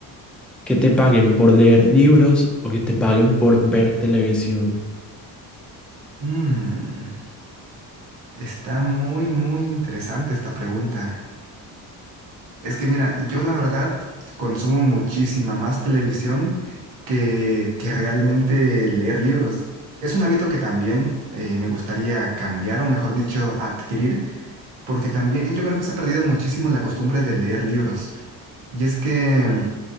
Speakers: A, in the centre; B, on the right.
A: que te paguen por leer libros o que te paguen por ver televisión.
B: Mm, está muy, muy interesante esta pregunta. Es que mira, yo la verdad consumo muchísima más televisión que, que realmente leer libros. Es un hábito que también eh, me gustaría cambiar, o mejor dicho, adquirir Porque también yo creo que se ha perdido muchísimo la costumbre de leer libros. Y es que mm,